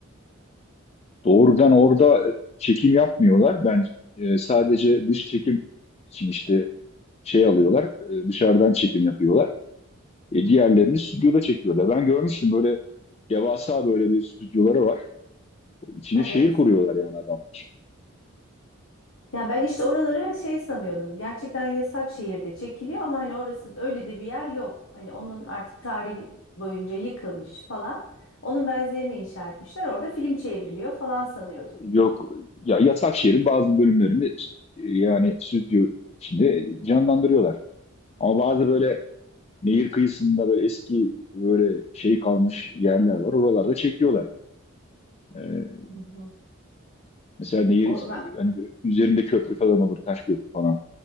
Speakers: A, on the left; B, on the left.
A: Doğrudan orada e, çekim yapmıyorlar. Ben e, sadece dış çekim için işte şey alıyorlar, e, dışarıdan çekim yapıyorlar. E, diğerlerini stüdyoda çekiyorlar. Ben görmüştüm böyle devasa böyle bir stüdyoları var. İçine
B: Evet.
A: şehir kuruyorlar yani adamlar.
B: Ya ben işte oraları şey sanıyordum. Gerçekten yasak şehirde çekiliyor ama hani orası öyle de bir yer yok. Hani onun artık tarihi boyunca yıkılmış falan. Onun benzerini inşa etmişler. Orada film çevriliyor falan sanıyordum.
A: Yok ya yasak şehrin bazı bölümlerini e, yani stüdyo içinde canlandırıyorlar. Ama bazı böyle nehir kıyısında böyle eski böyle şey kalmış yerler var. Oralarda çekiyorlar. E,
B: Hı hı.
A: Mesela nehir
B: O, ma-
A: e, hani üzerinde köprü falan olur, taş köprü falan.